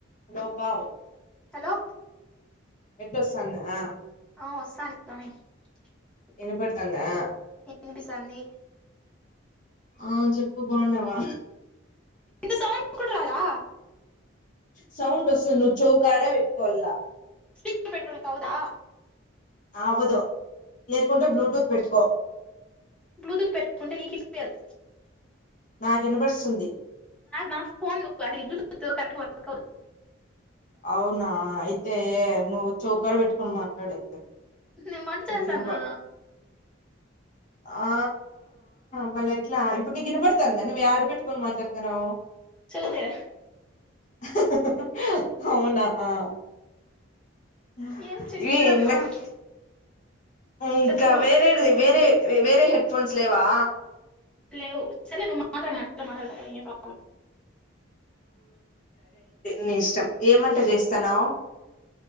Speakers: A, on the left; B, in the centre.
A: Hello పావ్
B: hello
A: net వస్తాందా
B: ఆ వస్తాంది <unintelligible>
A: ఇనపడుతందా
B: ఇనిపిస్తాంది
A: ఆ చెప్పు బావున్నావా
B: సౌండ్ కూడా రాలే
A: సౌండ్ వస్తుంది నువ్వు చెవుకాడె పెట్టుకోవలన.
B: స్పీకర్ పోటుకునే కావుదా
A: ఆవ్వదు లేకుంటే బ్లూటూత్ పెట్టుకో
B: బ్లూటూత్ పెట్టుకుంటే నీకు ఇనిపియదు
A: నాకు వినబడుస్తుంది
B: నా ఫోన్ అది బ్లూటూత్ కరక్ట్ వర్క్అవదు
A: అవునా అయితే నువ్ చౌకడ పెట్టు కోని మాట్లాడు అయితే
B: నేను వంట చేసానా
A: నీకు వినప ఆ మళ్ళీ ఎట్లా ఇప్పుడు నీకు వినపడతాంద నువ్వు ఏడ పెట్టుకొని మాట్లాడుతున్నావు
B: చూసిరా
A: హుహుహు అవునా ఆ <unintelligible>
B: ఏం చేసేదమ్మా
A: ఈ ఇళ్లకు ఇంకా
B: చెప్పు
A: వేరే ఏది వేరే వేరే హెడ్ ఫోన్స్ లేవా
B: లేవు సరే ను మా మాట ఏ కా
A: ని ఇష్టం ఏం వంట చేస్తాన్నావ్